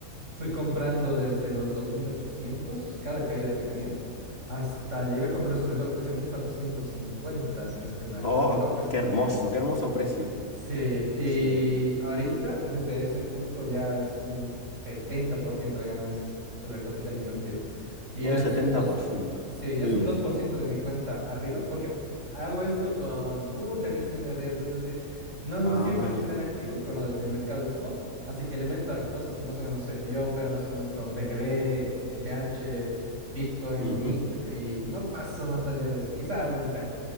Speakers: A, on the right; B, on the left.
A: Fui comprando desde los 2.800 cada caída que tenía, hasta llegué a comprar su mejor precio, 1.450 si no estoy mal.
B: Oh,
A: El mejor precio
B: qué
A: que
B: hermoso,
A: tuvo.
B: qué hermoso precio.
A: Sí, y
B: Sí,
A: ahorita desde ese punto ya es un 70% de ganancias sobre el capital invertido. Y ya
B: un setenta
A: es un dos
B: por ciento
A: sí, ya
B: Mm,
A: es un 2% de mi cuenta arriba porque hago esto con mucha gestión de riesgo, es decir, no, no
B: ajá.
A: siempre estoy tan activo con lo de- del mercado de spot, así que le meto a cosas que más o menos sé. Yo opero más o menos con BGB, ETH, Bitcoin,
B: ujú,
A: Link y no paso más allá de eso. Quizá abre un cacho.